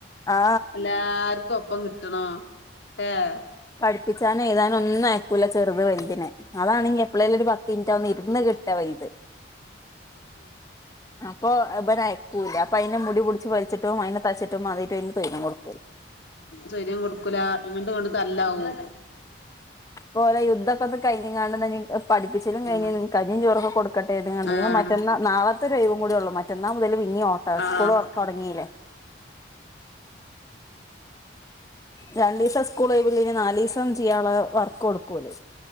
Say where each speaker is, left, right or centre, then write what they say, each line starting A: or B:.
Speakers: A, on the left; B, on the left.
A: ആ
B: എല്ലാര്ക്കും ഒപ്പം കി കിട്ടണോ ഏഹ്
A: പഠിപ്പിച്ചാനും എയ്താനും ഒന്നുംഅയക്കൂല ചെറ്ത് വല്തിനെ അതാണെങ്ങി എപ്പളേലും ഒര് പ ത്തിൻറ്റാ ഒന്ന് ഇരുന്ന് കിട്ടാ വൽത് അപ്പൊ ഇബൻ അയക്കൂല്ല അപ്പൊ അയ്നെ മുടി പുടിച്ച് വലിച്ചിട്ടും അയ്നെ തച്ചിട്ടും അതേട്ടും അയ്ന് തൊയ്രം കൊടു
B: സ്വയ്ര്യം കൊടുക്കൂല അങ്ങട്ടും ഇങ്ങട്ടും തല്ലാവും.
A: ഇപ്പോലെ യുദ്ധൊക്കൊന്ന് കയ്ഞ് ങ്ങാണ്ട് ഇന്ന ഇഞ്ഞ് പഠപ്പിച്ചലും കഴിഞ്ണ്
B: ആഹ്
A: കഞ്ഞിം ചോറൊക്കെ കൊടുക്കട്ടെര്തിങ്ങാണ്ട്
B: ആഹ്
A: ഇഞ്പ്പ മ റ്റന്നാ നാളത്തെ ഒരു ഒയ്വും കൂടിയെ ഒള്ളൂ മറ്റന്നാ മുതല് പിന്നിം ഓട്ടാ
B: ആഹ്
A: സ്കൂള് തൊടങ്ങീലെ രണ്ടീസം സ്കൂള ഒയ്വ് ഇള്ളയ്ന് നാലീസം ചിയ്യാള്ള വർക്ക് കൊടുക്കും ഓല്.